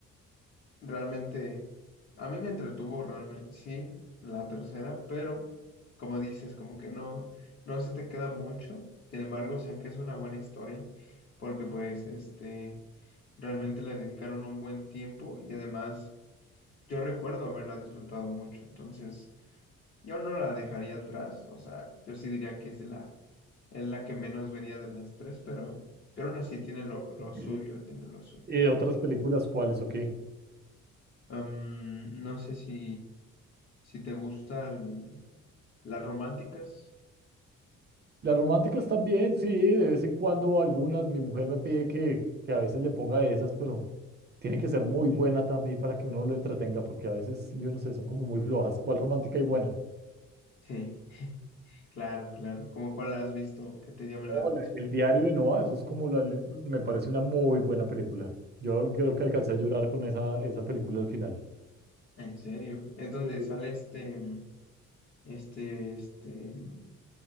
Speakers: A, on the left; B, on the right.
A: realmente a mí me entretuvo realmente, sí, la tercera, pero como dices, como que no, no se te queda mucho, sin embargo, o sea, que es una buena historia, porque pues, este, realmente le dedicaron un buen tiempo y además yo recuerdo haberla disfrutado mucho, entonces yo no la dejaría atrás, o sea, yo sí diría que es de la Es la que menos vería de las tres, pero, pero aún así tiene lo, lo
B: Ok.
A: suyo, tiene lo suyo.
B: Eh, ¿otras películas cuáles o qué?
A: Em, no sé si, si te gustan las románticas.
B: Las románticas también, sí, de vez en cuando algunas, mi mujer me pide que, que a veces le ponga esas, pero tiene que ser muy buena también para que uno lo entretenga, porque a veces, yo no sé, son como muy flojas. ¿Cuál romántica y buena?
A: Sí, claro, claro. ¿Cómo cuál has visto que te llamen
B: Hola,
A: la atención?
B: el diario de Noah, eso es como la, le- me parece una muy buena película. Yo creo que alcancé a llorar con esa, esa película al final.
A: En serio. Es donde
B: Sí.
A: sale este, mm, este, este, mm,